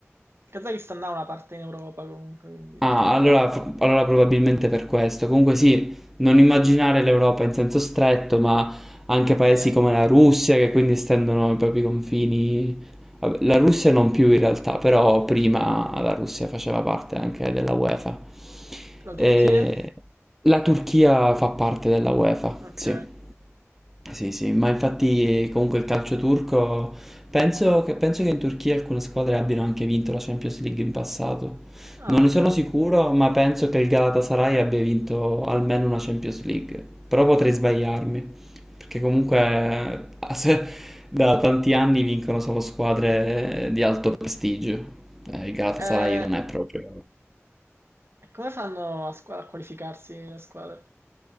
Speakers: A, on the right; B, in the centre.
A: il Kazakistan ha una parte in Europa comunque, quindi
B: Ah,
A: diciamo
B: allora,
A: che...
B: f- allora probabilmente per questo. Comunque sì, non immaginare l'Europa in senso stretto, ma anche paesi
A: Sì,
B: come la Russia che quindi estendono i propri confini. Vabbè, La Russia non più in realtà, però prima la Russia faceva parte anche della UEFA.
A: la
B: E
A: Turchia?
B: la Turchia fa parte della UEFA,
A: Ok.
B: sì. Sì, sì, ma infatti comunque il calcio turco, penso che, penso che in Turchia alcune squadre abbiano anche vinto la Champions League in passato.
A: Ah,
B: Non ne sono
A: cavolo.
B: sicuro, ma penso che il Galatasaray abbia vinto almeno una Champions League. Però potrei sbagliarmi, perché comunque <laughs> eh, se- da tanti anni vincono solo squadre di alto prestigio. Eh, il Galatasaray
A: Eh,
B: non è proprio...
A: E come fanno a, squa- a qualificarsi le squadre?